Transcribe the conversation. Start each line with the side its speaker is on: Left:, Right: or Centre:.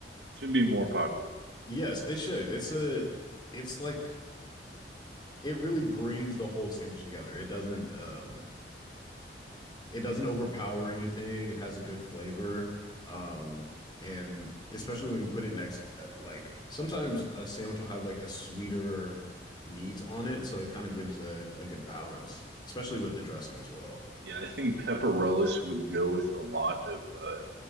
Right: Should be more popular.
Left: Yes, it should. It's a it's like it really brings the whole sandwich together. It doesn't um It doesn't overpower anything. It has a good flavor. Um, and especially when you put it next, uh, like sometimes a sandwich will have like a sweeter meat on it, so it kind of gives a, a good balance, especially with the dressing as well.
Right: Yeah, I think pepperellis would go with a lot of uh,